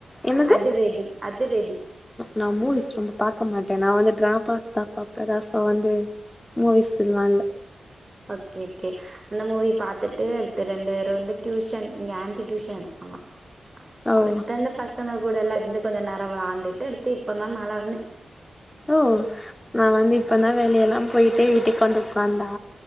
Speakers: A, on the left (about 20°); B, on the right (about 30°).
A: என்னது
B: அதுரெடி அதுரெடி
A: நா மூவிஸ் ரொம்ப பாக்க மாட்ட நா வந்து டிராபாஸ்தா பாப்ப எதா சாந்து மூவிஸ்ல்லா இல்ல
B: ஓகே ஓகே அந்த மூவி பாத்துட்டு அடுத்து ரெண்டு பேரு வந்து டியூஷன் இங்க ஆன்ட்டி டியூஷன் எடுப்பாங்கா
A: ஓ
B: அவர் தந்த பசங்க கூட எல்லா இருந்து கொஞ்ச நேரோ வெளாண்டுட்டு அடுத்து இப்ப தா மேல வந்த
A: ஓ நா வந்து இப்ப தா வெளியெல்லா போய்ட்டு வீட்டுக்கு வந்து உக்காந்தா